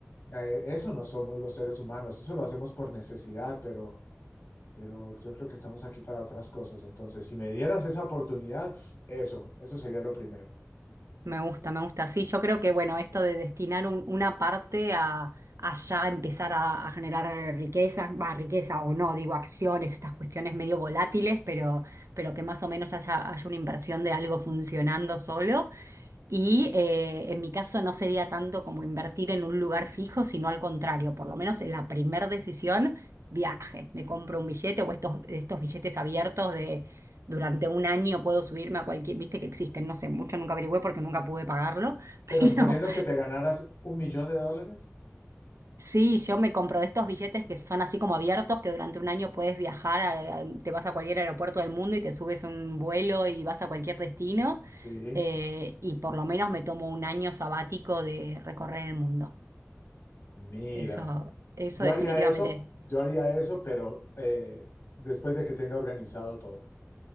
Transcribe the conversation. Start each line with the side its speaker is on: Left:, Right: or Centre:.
Left: eh, eso no somos los seres humanos, eso lo hacemos por necesidad, pero pero yo creo que estamos aquí para otras cosas. Entonces, si me dieras esa oportunidad, pf, eso, eso sería lo primero.
Right: Me gusta, me gusta. Sí, yo creo que, bueno, esto de destinar un- una parte a, a ya empezar a, a generar riquezas, va, riqueza o no, digo, acciones, estas cuestiones medio volátiles, pero, pero que más o menos haya, haya una inversión de algo funcionando solo Y eh, en mi caso no sería tanto como invertir en un lugar fijo, sino al contrario, por lo menos en la primera decisión, viaje. Me compro un billete o estos, estos billetes abiertos de durante un año puedo subirme a cualquier, viste que existen, no sé, mucho nunca averigüé porque nunca pude pagarlo, <laughs> pero
Left: Pero suponiendo que te ganaras un millón de dólares,
Right: Sí, yo me compro de estos billetes que son así como abiertos, que durante un año puedes viajar, a- a- te vas a cualquier aeropuerto del mundo y te subes un vuelo y vas a cualquier destino.
Left: sí,
Right: eh, y por lo menos me tomo un año sabático de recorrer el mundo.
Left: mira,
Right: Eso, eso
Left: yo
Right: definitivamente.
Left: haría eso, yo haría eso, pero eh, después de que tenga organizado todo.